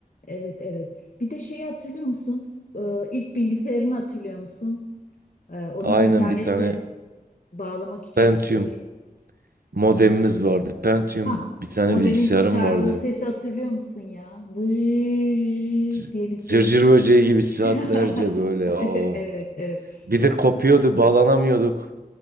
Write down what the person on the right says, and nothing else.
aynen
bir tane
Pentium
modemimiz vardı. Pentium
bir tane
bilgisayarım
vardı.
C-
Cırcır böceği gibi saatlerce
böyle o.
Bir de kopuyordu, bağlanamıyorduk.